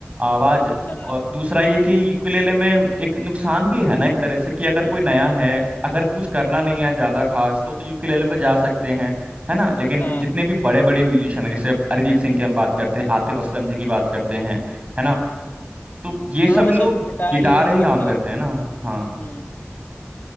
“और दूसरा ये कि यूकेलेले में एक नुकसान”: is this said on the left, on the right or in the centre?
Right